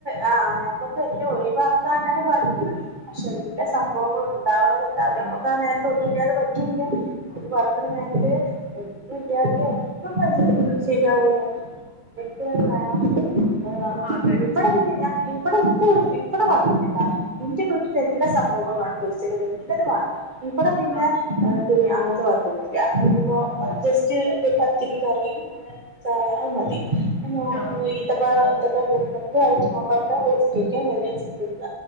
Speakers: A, on the right (about 45°); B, on the left (about 45°).
A: ആ ഞമ്മക്ക് എല്ല ഒഴിവാക്കാനാണ് പറഞ്ഞ്ണ്ണ് പക്ഷെ എല്ല സംഭവ ഇണ്ടാവണത് ഇണ്ടാവും ഞമ്മക്കാ ആ നേരത്തെൊന്നുല്ല്യാതെ പറ്റൂല്ല്യ. നോമ്പ് തൊറക്ക്ണ നേര്ത്ത് ഒന്നുല്ലാഞ്ഞിട്ട് ഒന്നും <unintelligible> ശരിയാവൂല. എന്തെങ്കിലും വേണം മക്കള് ആ
B: അതെ
A: മുന്തിരി ബടെ ഒന്നും തിന്നാ ഇബടെ ൻ്റെ വീട്ടില് ഇബടെ കൊഴ്പ്പല്ല ട്ടൊ. ന്റെ വീട്ടില് എല്ലാ സംഭവങ്ങളും വേണം, പൊര്ച്ച കടി എല്ലതും വേണം ഇബടെ പിന്നെ
B: ആഹ്
A: ഏഹ്, പിന്നെ അങ്ങൻത്തെ കൊഴ്പ്പൊന്നുല്ല ഇഞ്ഞിപ്പോ ജസ്റ്റ് എന്തേലും പത്തിരി കറി അങ്ങനെ ചായ അഹ് മതി മു
B: ആഹ്
A: <unintelligible> എന്തേലും ഉണ്ടകിൽ അതേറ്റ് നോമ്പർക്കാ പോയി നിസ്‌കരിക്കാ വരാ തിന്ന.